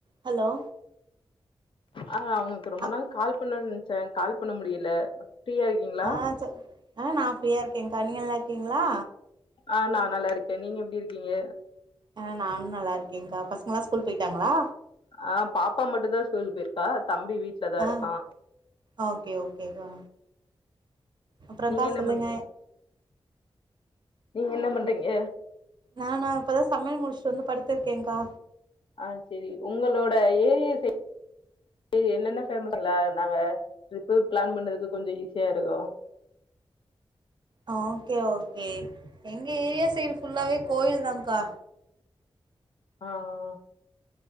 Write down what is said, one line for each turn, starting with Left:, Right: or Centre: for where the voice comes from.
Right: Hello
Left: ஆ அவங்கு ரொம்ப
Right: அக்
Left: நாள் கால் பண்ணுன்ச்ச கால் பண்ண முடியல ஃப்ரீயா இருக்கீங்களா
Right: ஆ ச ஆ நா ஃப்ரீயா இருக்கேங்கா நீங்க நல்லாக்கீங்களா
Left: ஆ நா நல்லா இருக்கே நீங்க எப்டி இருக்கீங்க
Right: ஆ நானு நல்லா இருக்கேங்கா பசங்களா ஸ்கூல் போயிட்டாங்களா
Left: ஆ பாப்பா மட்டு தா ஸ்கூல் போயிருக்கா தம்பி வீட்டு்லதா
Right: ஆ
Left: இருக்கா
Right: ஓகே ஓகே கா அப்பறங்கா
Left: நீங்க என்ன
Right: சொல்லுங்க
Left: பண்ணீங்க நீங்க என்ன பண்றீங்க
Right: நானா இப்பதா சமையல் முடிஸ்ட்டு வந்து படுத்திருக்கேங்கா
Left: ஆ செரி உங்களோட ஏரியா சை செரி என்னென்ன பேமசுங்கள நாங்க ட்ரிப்பு பிளான் பண்ணதுக்கு கொஞ்ச ஈஸியா இருக்கு
Right: அ ஓகே ஓகே எங்க ஏரியா சைடு ஃபுல்லாவே கோவில் தாங்கா
Left: ஆ ஆ